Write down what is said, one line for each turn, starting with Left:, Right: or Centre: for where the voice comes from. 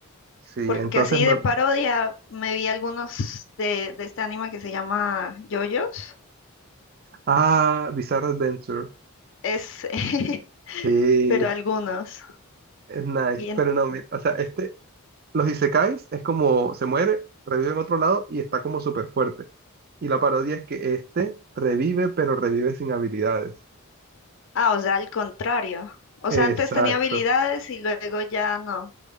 Right: Sí,
Left: Porque
Right: entonces
Left: así
Right: no.
Left: de parodia me vi algunos de, de este anime que se llama JoJo's.
Right: Ah, Bizarre Adventure.
Left: Es, <laughs>
Right: Sí,
Left: pero algunos.
Right: es nice.
Left: Y en-
Right: Pero no, mi- o sea, este, Los isekais es como se muere, revive en otro lado y está como súper fuerte. Y la parodia es que este revive, pero revive sin habilidades.
Left: ah, o sea, al contrario. O
Right: Exacto.
Left: sea, antes tenía habilidades y luego ya no.